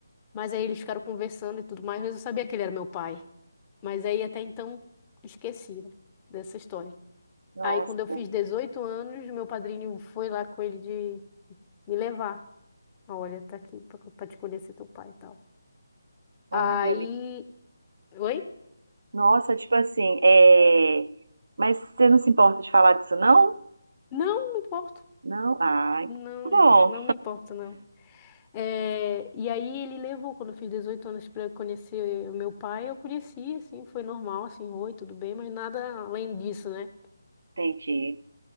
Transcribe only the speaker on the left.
Mas aí eles ficaram conversando e tudo mais, mas eu sabia que ele era meu pai. Mas aí até então esqueci, né, dessa história.
Aí quando eu fiz 18 anos, meu padrinho foi lá com ele de me levar. Olha, tá aqui pra, pra te conhecer teu pai e tal.
Aí.
Oi?
Não, não me importo.
Não,
não me importa, não. É, e aí ele levou, quando eu fiz 18 anos para conhecer o meu pai, eu conheci, assim, foi normal, assim, oi, tudo bem, mas nada além disso, né?